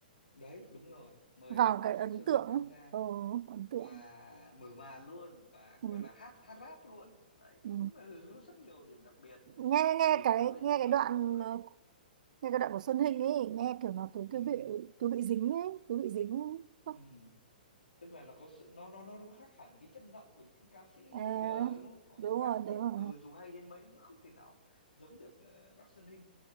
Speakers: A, on the left (about 80°); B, on the right (about 60°).
A: đấy đúng rồi mời
B: vào
A: được nghệ
B: cái
A: sĩ
B: ấn
A: Xuân
B: tượng
A: Hinh tham
B: ấy.
A: gia
B: ờ ấn tượng
A: và mở màn luôn và
B: ừ.
A: gọi là hát hát rap luôn đấy
B: Ừ.
A: tức là nó rất nhiều điểm đặc biệt
B: nghe
A: để
B: nghe cái
A: tạo lên
B: nghe
A: thành
B: cái
A: công
B: đoạn
A: của bộ đấy
B: ờ, Nghe cái đoạn của Xuân Hinh ấy nghe kiểu nó cứ
A: ừ,
B: cứ bị cứ bị dính ấy cứ bị dính ấy. Không,
A: ừ. tức là nó có sự nó nó nó nó khác hẳn cái chất giọng của những cái ca sĩ
B: À,
A: bây giờ đúng không
B: đúng
A: họ rap
B: rồi
A: viết
B: đúng rồi
A: ừ dù hay đến mấy nó không thể nào giống được ờ, bác Xuân Hinh